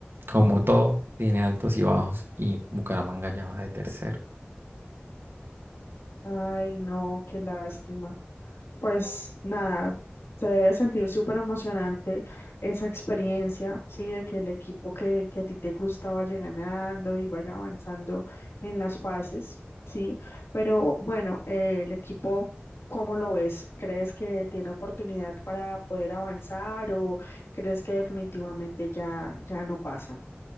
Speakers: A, on the right; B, on the left.
A: como todo, tiene altos y bajos. Y Bucaramanga ya va de tercero.
B: ay, no, qué lástima. pues nada, se debe sentir súper emocionante esa experiencia, ¿sí? De que el equipo que, que a ti te gusta vaya ganando y vaya avanzando en las fases, ¿sí? Pero bueno, eh, el equipo, ¿cómo lo ves? ¿Crees que tiene oportunidad para poder avanzar o crees que definitivamente ya, ya no pasan?